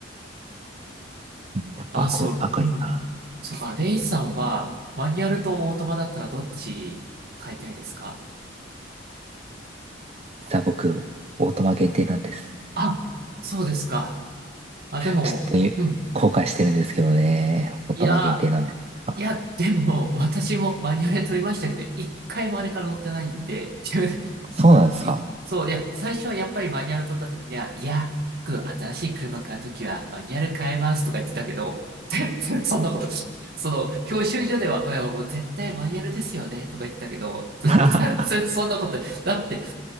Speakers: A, on the right; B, on the right.
A: やっぱこう赤いな。
B: あ、そう、うん。そっか、レイさんは、マニュアルとオートマだったらどっち買いたいですか
A: 実は僕、オートマ限定なんです。
B: あ、そうですか。あ、でも、
A: ちょっとゆ後悔してるんですけどね。
B: うん。
A: オートマ限定なんであ
B: いや、いや、でも、私もマニュアルで取りましたけど、一回もあれから乗ってないんで、<laughs>
A: そうなんですか
B: いそう、いや、最初はやっぱりマニュアル取った時では、いや、僕、新しい車買う時はマニュアル変えますとか言ってたけど、<laughs> 全然そんなこと、その、教習所では、いや、もう絶対マニュアルですよねとか言ってたけど、
A: <laughs>
B: もう全然そんなこと、だって、